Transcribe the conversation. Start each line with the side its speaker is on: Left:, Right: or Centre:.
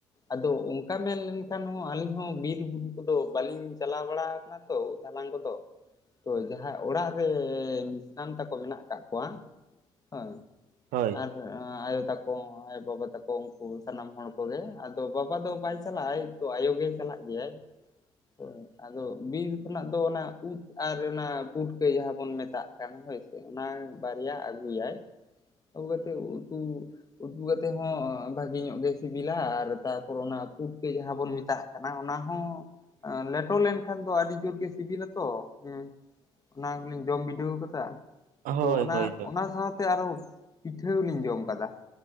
Left: ᱟᱫᱚ ᱚᱱᱠᱟ ᱢᱮᱱ ᱞᱮᱱᱠᱷᱟᱱ ᱦᱚᱸ ᱟᱹᱞᱤᱧ ᱦᱚᱸ ᱵᱤᱨ ᱵᱩᱨᱩ ᱠᱚᱫᱚ ᱵᱟᱹᱞᱤᱧ ᱪᱟᱞᱟᱣ ᱵᱟᱲᱟ ᱟᱠᱟᱱᱟ ᱛᱚ᱾ ᱫᱟᱞᱟᱝ ᱠᱚᱫᱚ ᱛᱚ ᱡᱟᱦᱟᱸᱭ ᱚᱲᱟᱜ ᱨᱮ ᱢᱤᱥᱨᱟᱢ ᱛᱟᱠᱚ ᱢᱮᱱᱟᱜ ᱟᱠᱟᱜ ᱠᱚᱣᱟ᱾ ᱚᱭ,
Right: ᱦᱳᱭ
Left: ᱟᱨ ᱫᱚ ᱟᱭᱚ ᱛᱟᱠᱚ ᱦᱚᱸ ᱟᱭᱳ-ᱵᱟᱵᱟ ᱛᱟᱠᱚ ᱩᱱᱠᱩ ᱥᱟᱱᱟᱢ ᱦᱚᱲ ᱠᱚᱜᱮ᱾ ᱟᱫᱚ ᱵᱟᱵᱟ ᱫᱚ ᱵᱟᱭ ᱪᱟᱞᱟᱜ ᱟᱭ ᱛᱚ ᱟᱭᱳ ᱜᱮᱭ ᱪᱟᱞᱟᱜ ᱜᱮᱭᱟᱭ᱾
Right: <inaudible>
Left: ᱦᱳᱭ ᱟᱫᱚ ᱵᱤᱨ ᱠᱷᱚᱱᱟᱜ ᱫᱚ ᱚᱱᱟ ᱩᱫ ᱟᱨ ᱚᱱᱟ ᱯᱩᱴᱠᱟᱹᱭ ᱡᱟᱦᱟᱸ ᱵᱚᱱ ᱢᱮᱛᱟᱜ ᱠᱟᱱᱟ, ᱦᱳᱭ᱾ ᱚᱱᱟ ᱵᱟᱨᱭᱟ ᱟᱹᱜᱩᱭᱟᱭ᱾ ᱟᱜᱩ ᱠᱟᱛᱮ ᱩᱛᱩ ᱩᱛᱩ ᱠᱟᱛᱮᱫ ᱦᱚᱸ ᱵᱷᱟᱹᱜᱤ ᱧᱚᱜ ᱜᱮ ᱥᱤᱵᱤᱞᱟ ᱟᱨ ᱛᱟᱨᱯᱚᱨ ᱚᱱᱟ ᱯᱩᱴᱠᱡ ᱡᱟᱦᱟᱸ ᱵᱚᱱ ᱢᱮᱛᱟᱜ ᱚᱱᱟ ᱦᱚᱸ ᱞᱮᱴᱚ ᱞᱮᱱᱠᱷᱟᱱ ᱫᱚ ᱟᱹᱰᱤ ᱡᱳᱨ ᱜᱮ ᱥᱤᱵᱤᱱᱟ ᱛᱚ᱾ ᱦᱩᱸ ᱚᱱᱟ ᱠᱚᱞᱤᱧ ᱡᱚᱢ ᱵᱤᱰᱟᱹᱣ ᱟᱠᱟᱫᱟ᱾
Right: ᱦᱳᱭ
Left: ᱛᱚ ᱚᱱᱟ
Right: ᱦᱳᱭ ᱦᱳᱭ
Left: ᱚᱱᱟ ᱥᱟᱶ ᱚᱱᱟᱛᱮ ᱟᱨᱚ ᱯᱤᱴᱷᱟᱹ ᱞᱤᱧ ᱡᱚᱢ ᱠᱟᱫᱟ᱾